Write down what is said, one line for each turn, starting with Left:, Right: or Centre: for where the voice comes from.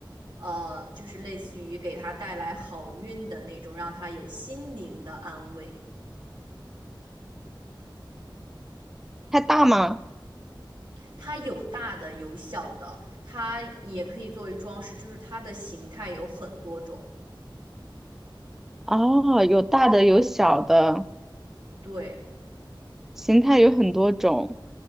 Right: 呃，就是类似于给他带来好运的那种，让他有心灵的安慰。
Centre: 它大吗？
Right: 它有大的，有小的，它也可以作为装饰，就是它的形态有很多种。
Centre: 哦，有大的有小的，
Right: 对。
Centre: 形态有很多种，